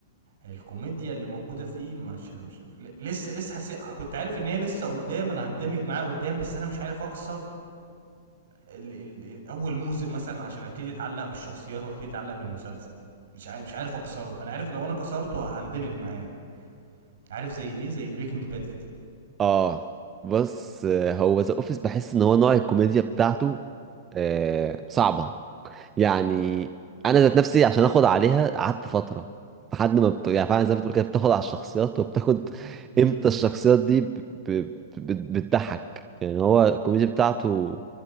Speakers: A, on the right; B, on the right.
A: الكوميديا اللي موجوده فيه مش, مش... ل- لسه لسه حسيت كنت عارف ان هي لسه قدام انا هندمج معاه قدام بس انا مش عارف اكسر ال... ال... اول موسم مثلا عشان ابتدي اتعلق بالشخصيات وابتدي اتعلق بالمسلسل مش عارف مش عارف اكسره انا عارف لو انا كسرته هندمج معاه عارف زي ايه زي بريكنج باد كده
B: اه بص آه، هو ذا اوفيس بحس ان هو نوع الكوميديا بتاعته آه صعبه يعني انا ذات نفسي عشان اخد عليها قعدت فتره لحد ما بت... يعني فعلا زي ما بتقول كده بتاخد على الشخصيات وبتاخد
A: امم
B: امتى الشخصيات دي ب... ب... بت- بتضحك يعني هو الكوميديا بتاعته